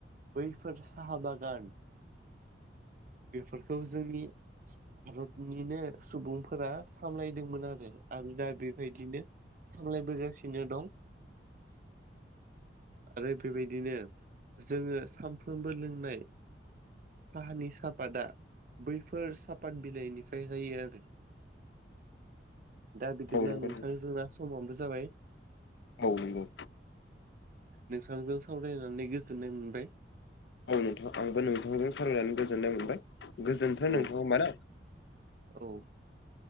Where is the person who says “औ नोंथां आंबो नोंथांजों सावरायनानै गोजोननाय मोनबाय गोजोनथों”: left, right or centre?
Left